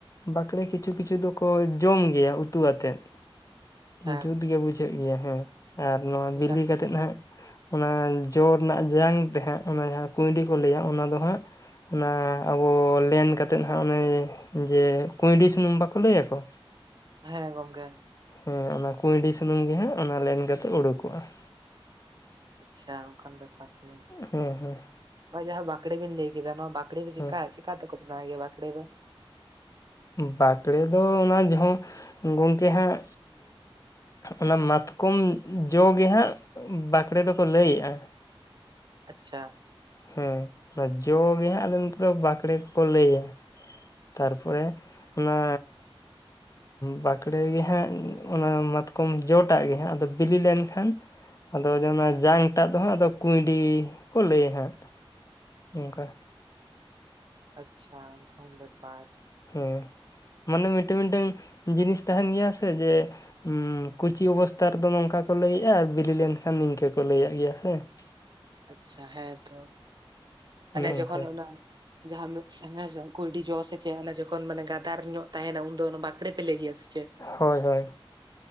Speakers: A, on the left; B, on the right.
A: ᱵᱟᱠᱲᱮ ᱠᱤᱪᱷᱩ ᱠᱤᱪᱷᱩ ᱫᱚᱠᱚ ᱡᱚᱢ ᱜᱮᱭᱟ ᱩᱛᱩ ᱟᱛᱮᱫ ᱾
B: ᱦᱮᱸ
A: ᱡᱩᱛ ᱜᱮ ᱵᱩᱡᱷᱟᱹᱜ ᱜᱮᱭᱟ ᱦᱮᱸ᱾ ᱟᱨ ᱱᱚᱣᱟ
B: ᱟᱪᱪᱷᱟ
A: ᱵᱤᱞᱤ ᱠᱟᱛᱮᱫ ᱦᱟᱸᱜ ᱚᱱᱟ ᱡᱚ ᱨᱮᱱᱟᱜ ᱡᱟᱝ ᱛᱮ ᱦᱟᱸᱜ ᱚᱱᱟ ᱡᱟᱦᱟᱸ ᱠᱩᱸᱭᱰᱤ ᱠᱚ ᱞᱟᱹᱭᱟ ᱚᱱᱟ ᱫᱚ ᱦᱟᱸᱜ ᱚᱱᱟ ᱟᱵᱚ ᱞᱮᱱ ᱠᱟᱛᱮᱜ ᱦᱟᱜ ᱚᱱᱮ ᱡᱮ ᱠᱩᱸᱭᱰᱤ ᱥᱩᱱᱩᱢ ᱵᱟᱠᱚ ᱞᱟᱹᱭ ᱟᱠᱚ?
B: ᱦᱮᱸ ᱜᱚᱝᱠᱮ ᱾
A: ᱦᱮᱸ ᱚᱱᱟ ᱠᱩᱸᱭᱰᱤ ᱥᱩᱱᱩᱢ ᱜᱮ ᱦᱟᱸᱜ ᱚᱱᱟ ᱞᱮᱱ ᱠᱟᱛᱮᱜ ᱩᱰᱩᱠᱚᱜᱼᱟ ᱾
B: ᱟᱪᱪᱷᱟ ᱚᱱᱠᱟᱱ ᱵᱮᱯᱟᱨ ᱠᱟᱱᱟ ᱾
A: ᱦᱮᱸ ᱦᱮᱸ ᱾
B: ᱦᱳᱭ ᱡᱟᱦᱟᱸ ᱵᱟᱠᱲᱮ ᱵᱤᱱ ᱞᱟᱹᱭ ᱠᱮᱫᱟ, ᱱᱚᱣᱟ ᱵᱟᱠᱲᱮ ᱫᱚ ᱪᱤᱠᱠᱟ
A: ᱦᱮᱸ
B: ᱪᱮᱠᱟ ᱛᱮᱠᱚ ᱵᱮᱱᱟᱣ ᱜᱮᱭᱟ ᱵᱟᱠᱲᱮ ᱫᱚ?
A: ᱵᱟᱠᱲᱮ ᱫᱚ ᱚᱱᱟ ᱡᱟᱦᱟᱸ ᱜᱚᱢᱠᱮ ᱦᱟᱸᱜ ᱚᱱᱟ ᱢᱟᱛᱠᱚᱢ ᱡᱚ ᱜᱮ ᱦᱟᱸᱜ ᱵᱟᱠᱲᱮ ᱫᱚᱠᱚ ᱞᱟᱹᱭᱮᱜᱼᱟ ᱾
B: ᱟᱪᱪᱷᱟ ᱾
A: ᱦᱮᱸ ᱚᱱᱟ ᱡᱚ ᱜᱮ ᱦᱟᱸᱜ ᱟᱞᱮ ᱱᱚᱛᱮ ᱫᱚ ᱵᱟᱠᱲᱮ ᱠᱚᱠᱚ ᱞᱟᱹᱭᱟ ᱾ ᱛᱟᱨᱯᱚᱨᱮ ᱚᱱᱟ ᱵᱟᱠᱲᱮ ᱜᱮ ᱦᱟᱸᱜ ᱚᱱᱟ ᱢᱟᱛ ᱠᱚᱢ ᱡᱚᱴᱟᱜ ᱜᱮ ᱦᱟᱸᱜ ᱟᱫᱚ ᱵᱤᱞᱤ ᱞᱮᱱᱠᱷᱟᱱ ᱟᱫᱚ ᱡᱮ ᱚᱱᱟ ᱡᱟᱝᱴᱟᱜ ᱫᱚ ᱦᱟᱸᱜ ᱟᱫᱚ ᱠᱩᱸᱭᱰᱤ ᱠᱚ ᱞᱟᱹᱭᱟ ᱦᱟᱸᱜ ᱾ ᱚᱱᱠᱟ ᱾
B: ᱟᱪᱪᱷᱟ, ᱚᱱᱠᱟᱱ ᱵᱮᱯᱟᱨ ᱾
A: ᱦᱮᱸ, <inaudible> ᱢᱟᱱᱮ ᱢᱤᱫᱴᱟᱝ ᱢᱤᱫᱴᱟᱝ ᱡᱤᱱᱤᱥ ᱛᱟᱦᱮᱱ ᱜᱮᱭᱟ ᱥᱮ ᱡᱮ ᱦᱮᱸ ᱠᱩᱪᱤ ᱚᱵᱚᱥᱛᱟ ᱨᱮᱫᱚ ᱱᱚᱝᱠᱟ ᱠᱚ ᱞᱟᱹᱭᱮᱜᱼᱟ ᱾ ᱟᱨ ᱵᱤᱞᱤ ᱞᱮᱱᱠᱷᱟᱱ ᱱᱤᱝᱠᱟᱹ ᱠᱚ ᱞᱟᱹᱭᱭᱟᱜ ᱜᱮᱭᱟ ᱦᱮᱸ ᱾ <inaudible>
B: ᱟᱪᱪᱷᱟ ᱦᱮᱸ ᱛᱚ ᱾ <inaudible> ᱢᱟᱱᱮ
A: ᱚᱱᱮ ᱚᱱᱠᱟ
B: ᱡᱚᱠᱷᱚᱱ ᱚᱱᱟ ᱡᱟᱦᱟᱸ ᱦᱮᱸᱥᱮ ᱠᱩᱭᱰᱤ ᱡᱚ ᱥᱮ ᱪᱮᱜ ᱡᱚᱠᱷᱚᱱ ᱜᱟᱫᱟᱨ ᱧᱚᱜ ᱛᱟᱦᱮᱱᱟ ᱩᱱᱫᱚ ᱚᱱᱟ ᱵᱟᱸᱠᱲᱮ ᱯᱮ ᱞᱟᱹᱭ ᱜᱮᱭᱟ ᱥᱮ ᱪᱮᱫ
A: ᱦᱳᱭ ᱦᱳᱭ